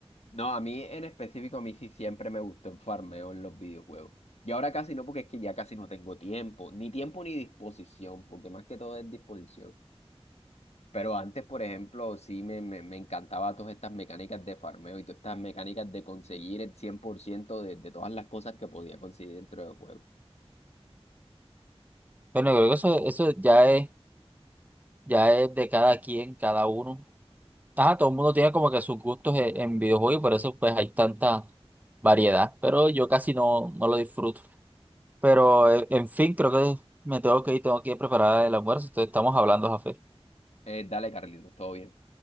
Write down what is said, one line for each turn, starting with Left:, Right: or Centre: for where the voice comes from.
Left: No, a mí en específico, a mí sí siempre me gustó el farmeo en los videojuegos. Y ahora casi no, porque es que ya casi no tengo tiempo, ni tiempo ni disposición, porque más que todo es disposición. Pero antes, por ejemplo, sí me, me, me encantaba todas estas mecánicas de farmeo y todas estas mecánicas de conseguir el 100% de, de todas las cosas que podía conseguir dentro del juego.
Right: Bueno, creo que eso, eso ya es Ya es de cada quien, cada uno. Ajá, todo el mundo tiene como que sus gustos e- en videojuegos y por eso pues hay tanta variedad. Pero yo casi no, no lo disfruto. Pero e- en fin, creo que me tengo que ir, tengo que ir preparada el almuerzo. Entonces estamos hablando, Jafé.
Left: Eh, dale, Carlitos, todo bien.